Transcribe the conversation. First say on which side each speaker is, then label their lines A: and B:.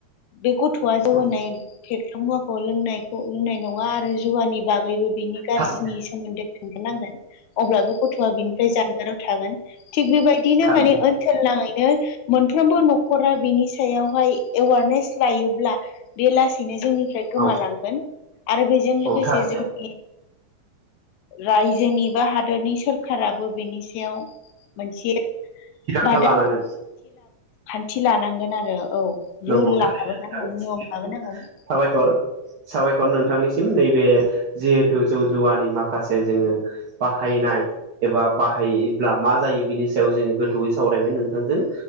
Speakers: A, on the left; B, on the right.
A: बे गथ'वा जौगानाय
B: औ
A: <unintelligible> मुवाखौ लोंनायखौ लोंनाय नङा आरो जुवानि बागैबो बिनि गाज्रिनि
B: थारैनो
A: सोमोन्दै थानांगोन अब्लाबो गथ'आ बिनिफ्राय जानगाराव थागोन थिग बेबायदिनो
B: थारैनो
A: माने ओनसोलनाङैनो मोनफ्रोमबो न'खरा बिनि सायावहाय एवारनेस लायोब्ला बे लासैनो जोंनिफ्राय गोमालांगोन
B: औ
A: आरो बेजों
B: औ
A: लोगोसे
B: थारैनो
A: जोंनि रायजोनि बा हादोरनि सोरखाराबो बेनि सायाव मोनसे
B: थिरांथा
A: बादा
B: लानांगोन
A: खान्थि लानांगोन आरो औ
B: नंगौ
A: रुल लाबोनांगोन
B: थारैनो नोंथां
A: नियम लाबोनांगोन
B: साबायखर साबायखर नोंथांनिसिम नैबे जिहेथु जौ जुवानि माखासे जोङो बाहायनाय एबा बाहायोब्ला मा जायो बिनि सायाव जोङो गोथौयै सावरायबाय नोंथांजों